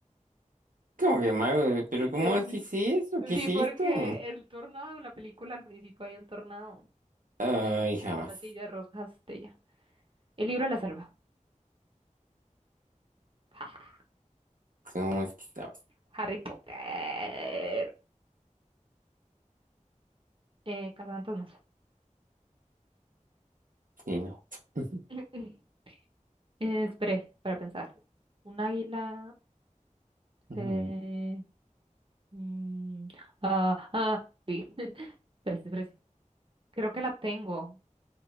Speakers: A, on the right; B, on the right.
A: ¿Cómo que mago? ¿Pero
B: Sí,
A: cómo es
B: Sí,
A: que es eso? ¿Qué
B: Sí,
A: es esto?
B: porque el tornado, en la película al principio hay un tornado.
A: Ay,
B: Y
A: jamás.
B: las zapatillas rojas de ella. El libro de la selva. <laughs>
A: ¿Cómo es que sabes?
B: Harry Potter. Eh, cazafantasmas.
A: Sí, no. <laughs>
B: <laughs> Eh, esperé para pensar. Un águila.
A: Ujú,
B: eh, mm, ah, ah, sí. <laughs> Espérese, espérese. Creo que la tengo.